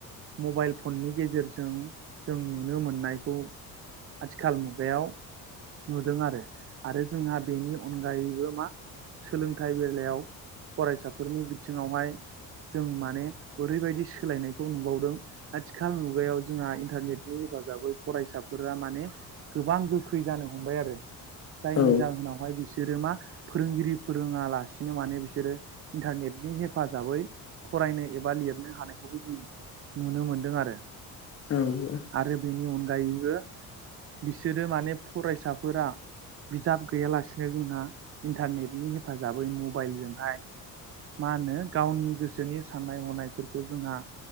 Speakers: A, on the right (about 40°); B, on the left (about 40°).
A: मबाइल फननि गेजेरजों जों नु नुनो मोननायखौ आथिखाल मुगायाव नुदों आरो। आरो जोंहा बेनि अनगायैबो मा सोलोंथाइ बेलायाव फरायसाफोरनि बिथिङावहाय जों माने ओरैबायदि सोलायनायखौ नुबावदों आथिखाल मुगायाव जोंहा इन्टारनेट हेफाजाबै फरायसाफोरा माने गोबां जु ख्रि जानो हमबाय आरो जायनि
B: औ
A: जाहोनावहाय बिसोरो मा फोरोंगिरि फोरोङालासिनो माने बिसोरो इन्टारनेटनि हेफाजाबै फरायनो एबा लिरनो हानायखौबो जों नुनो मोनदों आरो
B: औ औ
A: आरो बेनि अनगायैबो बिसोरो माने फरायसा फोरा बिजाब गैयालासिनो जोंहा इन्टारनेटनि हेफाजाबै मबाइलजों फाय मा होनो गावनि गोसोनि साननाय हनायफोरखौ जोंहा